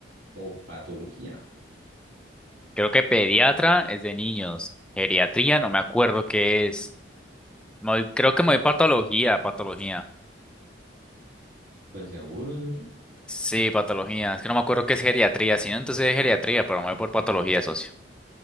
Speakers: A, on the right; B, in the centre.
A: o patología?
B: creo que pediatra es de niños. Geriatría, no me acuerdo qué es. Me voy- creo que me voy patología, patología.
A: Pues seguro, socio.
B: Sí, patología. Es que no me acuerdo qué es geriatría, si no entonces es geriatría, pero me voy por patología, socio.